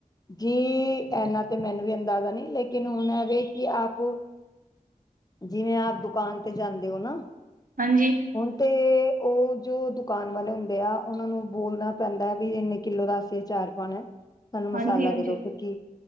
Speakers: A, on the left; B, on the right.
A: ਜੀ, ਇਹਨਾ ਤੇ ਮੈਨੂੰ ਵੀ ਅੰਦਾਜ਼ਾ ਨਹੀਂ, ਲੇਕਿਨ ਹੁਣ ਐਵੇਂ ਕਿ ਆਪ ਜਿਵੇਂ, ਆਪ ਦੁਕਾਨ ਤੇ ਜਾਂਦੇ ਹੋ ਨਾ
B: ਹਾਂਜੀ
A: ਹੁਣ ਤੇ ਉਹ ਜੋ ਦੁਕਾਨ ਵਾਲੇ ਹੁੰਦੇ ਆ, ਉਹਨਾਂ ਨੂੰ ਬੋਲਣਾ ਪੈਂਦਾ ਵੀ ਨ ਕਿੱਲੋ ਦਾ ਅਸੀ ਅਚਾਰ ਪਾਉਣਾ ਹੈ। ਸਾਨੂੰ ਮਸਾਲਾ
B: ਹਾਂਜੀ ਹਾਂਜੀ
A: ਦੇ ਦੋ ਕਿਉਂਕਿ